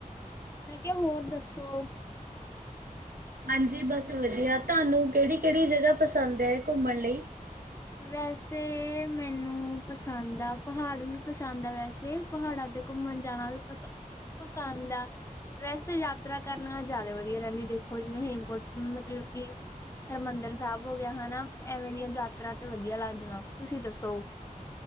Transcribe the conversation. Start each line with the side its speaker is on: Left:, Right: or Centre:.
Left: ਮੈਂ ਕਿਆ ਹੋਰ ਦੱਸੋ।
Right: ਹਾਂਜੀ ਬਸ ਵਦੀਆ ਤੁਆਨੂੰ ਕੇੜੀ-ਕੇੜੀ ਜਗਾ ਪਸੰਦ ਐ ਘੁੰਮਣ ਲਈ।
Left: ਵੈਸੇ ਮੈਨੂੰ ਪਸੰਦ ਆ, ਪਹਾੜ ਵੀ ਪਸੰਦ ਆ ਵੈਸੇ। ਪਹਾੜਾਂ ਤੇ ਘੁੰਮਣ ਜਾਣਾ ਵੀ ਪਸ ਪਸੰਦ ਆ। ਵੈਸੇ ਤਾਂ ਯਾਤਰਾ ਕਰਨਾ ਜੈਦਾ ਵਦੀਆ ਰਹਿੰਦੀ ਦੇਖੋ ਜਿਵੇਂ ਹੇਮਕੁਂਟ ਮਤਲਬ ਕਿ ਹਰਿਮੰਦਰ ਸਾਹਿਬ ਹੋ ਗਿਆ ਹੈਨਾ ਐਵੇਂ ਦੀਆਂ ਯਾਤਰਾ ਤੇ ਵਦੀਆ ਲਾਦਨਾ, ਤੁਸੀਂ ਦੱਸੋ?